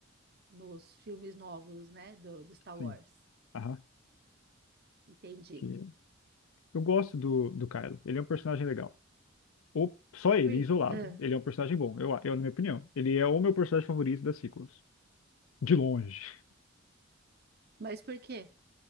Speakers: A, on the right (about 50°); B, on the left (about 75°).
A: nos filmes novos, né? Do, do Star
B: Sim.
A: Wars.
B: Aham.
A: Entendi.
B: que... Eu gosto do, do Kylo. Ele é um personagem legal. Ou só ele,
A: Ui,
B: isolado.
A: ah,
B: Ele é um personagem bom, eu, eu na minha opinião. Ele é o meu personagem favorito das sequels. De longe.
A: mas por quê?